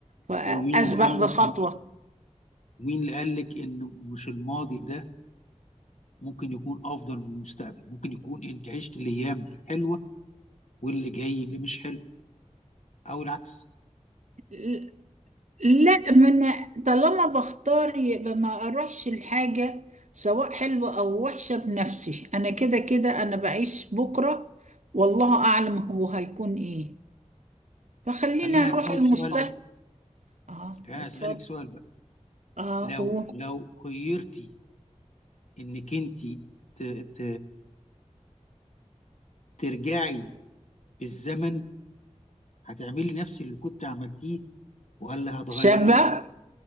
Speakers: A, on the right; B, on the left.
A: وأسبق
B: ومين اللي قال
A: بخطوة
B: لك مين اللي قال لك ان مش الماضي ده ممكن يكون افضل من المستقبل ممكن يكون انت عشت الايام الحلوه واللي جاي اللي مش حلو او العكس
A: ل- لا ما أنا طالما بختار يبقى ما أروحش الحاجة سواء حلوة أو وحشة بنفسي أنا كده كده أنا بعيش بكرة والله أعلم هو هيكون إيه فخلينا
B: طب خليني
A: نروح
B: اسالك
A: المستقبل
B: سؤال بقى
A: آه
B: خليني
A: اتفضل
B: اسالك سؤال بقى
A: آه
B: لو
A: قول
B: لو خيرتي انك انت ت... ت... ترجعي بالزمن هتعملي نفس اللي كنت عملتيه ولا هتغيري
A: شابة